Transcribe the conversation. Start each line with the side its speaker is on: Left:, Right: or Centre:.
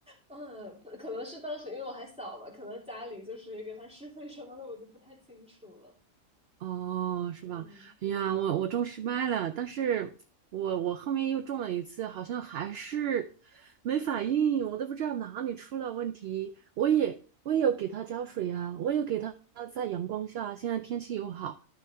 Centre: 嗯，可能是当时因为我还小吧，可能家里就是也给他施肥什么的，我就不太清楚了。
Right: <laughs> 哦，是吧？
Centre: 嗯，
Right: 哎呀，我我种失败了，但是我我后面又种了一次，好像还是没反应，我都不知道哪里出了问题。我也我也有给它浇水呀，
Centre: 哦，
Right: 我有给它在阳光下，现在天气又好，